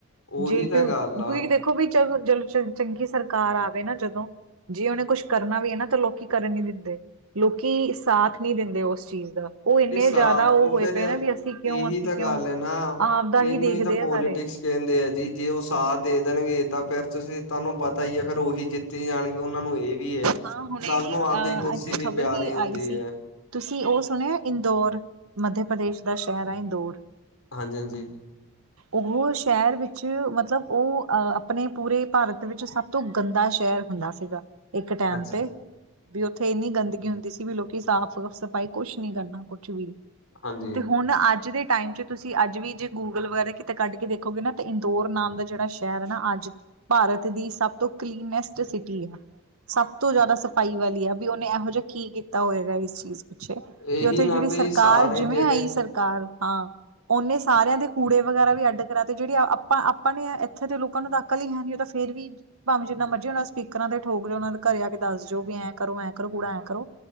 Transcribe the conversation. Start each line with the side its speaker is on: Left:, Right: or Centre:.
Left: ਉਹੀ
Right: ਜੇ ਕਿ
Left: ਤਾਂ ਗੱਲ
Right: ਕਿਉਂਕਿ
Left: ਆ
Right: ਦੇਖੋ ਵੀ ਚ ਜਦੋਂ ਚੰਗੀ ਸਰਕਾਰ ਆਵੇ ਨਾ ਜਦੋਂ ਜੇ ਉਹਨੇ ਕੁਛ ਕਰਨਾ ਵੀ ਹੈ ਨਾ ਤਾਂ ਲੋਕੀ ਕਰਨ ਨੀ ਦਿੰਦੇ ਲੋਕੀ ਸਾਥ ਨਹੀਂ ਦਿੰਦੇ ਉਸ ਚੀਜ਼ ਦਾ ਉਹ ਇੰਨੇ
Left: ਇਹ ਸਾ
Right: ਜ਼ਿਆਦਾ ਉਹ ਹੋਏ
Left: ਫੇਰ
Right: ਪਏ ਨਾ
Left: ਇਹੀ
Right: ਵੀ ਅਸੀਂ ਕਿਉਂ ਅਸੀਂ
Left: ਤਾਂ
Right: ਕਿਉਂ
Left: ਗੱਲ ਹੈ ਨਾ
Right: ਆਪ ਦਾ
Left: ਇਹਨੂੰ
Right: ਹੀ ਦੇਖਦੇ
Left: ਤਾਂ ਪੋਲੀਟਿਕਸ
Right: ਆ ਸਾਰੇ
Left: ਕਹਿੰਦੇ ਆ ਜੀ ਜੇ ਉਹ ਸਾਥ ਦੇ ਦੇਣਗੇ ਤਾਂ ਫਿਰ ਤੁਸੀਂ ਤੁਹਾਨੂੰ ਪਤਾ ਹੀ ਹੈ ਫਿਰ ਉਹੀ ਜਿੱਤੀ ਜਾਣਗੇ ਉਹਨਾਂ ਨੂੰ ਇਹ ਵੀ ਹੈ
Right: ਹਾਂ ਹੁਣੇ
Left: ਸਭ
Right: ਹੀ
Left: ਨੂੰ ਆਪਦੀ
Right: ਅ
Left: ਕੁਰਸੀ
Right: ਇੱਕ
Left: ਵੀ
Right: ਖ਼ਬਰ
Left: ਪਿਆਰੀ ਹੁੰਦੀ
Right: ਆਈ ਸੀ।
Left: ਹੈ।
Right: ਤੁਸੀਂ ਉਹ ਸੁਣਿਆ ਇੰਦੌਰ ਮੱਧ ਪ੍ਰਦੇਸ਼ ਦਾ ਸ਼ਹਿਰ ਹੈ ਇੰਦੌਰ
Left: ਹਾਂਜੀ ਹਾਂਜੀ
Right: ਉਹ ਸ਼ਹਿਰ ਵਿੱਚ ਮਤਲਬ ਉਹ, ਅਹ, ਆਪਣੇ ਪੂਰੇ ਭਾਰਤ ਵਿੱਚ ਸਭ ਤੋਂ ਗੰਦਾ ਸ਼ਹਿਰ ਹੁੰਦਾ ਸੀਗਾ, ਇੱਕ ਟੈਮ
Left: ਅੱਛਾ
Right: ਤੇ। ਵੀ ਉੱਥੇ ਇੰਨੀ ਗੰਦਗੀ ਹੁੰਦੀ ਸੀ ਵੀ ਲੋਕੀ ਸਾਫ਼ -ਸਫ਼ਾਈ ਕੁਛ ਨੀ ਕਰਨਾ ਕੁਛ ਵੀ।
Left: ਹਾਂਜੀ।
Right: ਤੇ ਹੁਣ ਅੱਜ ਦੇ ਟਾਈਮ ਚ' ਤੁਸੀਂ ਅੱਜ ਵੀ ਜੇ ਗੂਗਲ ਵਗੈਰਾ ਕਿਤੇ ਕੱਢ ਕੇ ਦੇਖੋਗੇ ਨਾ ਤਾਂ ਇੰਦੋਰ ਨਾਮ ਦਾ ਜਿਹੜਾ ਸ਼ਹਿਰ ਹੈ ਨਾ ਅੱਜ ਭਾਰਤ ਦੀ ਸਭ ਤੋਂ ਕਲੀਨੈਸਟ ਸਿਟੀ ਹੈ। ਸਭ ਤੋਂ ਜ਼ਿਆਦਾ
Left: ਅੱਛਾ
Right: ਸਫ਼ਾਈ ਵਾਲੀ ਆ ਵੀ ਉਹਨੇ ਇਹੋ ਜਿਹਾ ਕੀ ਕੀਤਾ ਹੋਏਗਾ ਇਸ ਚੀਜ਼ ਪੁੱਛੇ
Left: ਇਹੀ
Right: ਕਿ ਉੱਥੇ
Left: ਨਾ
Right: ਜਿਹੜੀ
Left: ਬਈ
Right: ਸਰਕਾਰ,
Left: ਸਾਰੇ
Right: ਜਿਵੇਂ
Left: ਜਿਹੜੇ
Right: ਆਈ ਸਰਕਾਰ ਹਾਂ। ਉਹਨੇ ਸਾਰਿਆਂ ਦੇ ਕੂੜੇ ਵਗੈਰਾ ਵੀ ਅੱਡ ਕਰਾ ਤੇ ਜਿਹੜੀ ਆਪਾਂ, ਆਪਾਂ ਨੇ ਇੱਥੇ ਦੇ ਲੋਕਾਂ ਨੂੰ ਤ ਨਕਲ ਹੈ ਨਹੀਂ ਉਹ ਫੇਰ ਵੀ ਭਾਵੇਂ ਜਿੰਨਾ ਮਰਜੀ ਉਹਨਾਂ ਸਪੀਰਾਂ ਤੇ ਠੋਕਓ ਉਹਨਾਂ ਘਰ ਆ ਕੇ ਦੱਸ ਜੋਓ ਵੀ ਐਂ ਕਰੋ ਐਂ ਕਰੋ ਕੂੜਾ ਐਂ ਕਰੋ।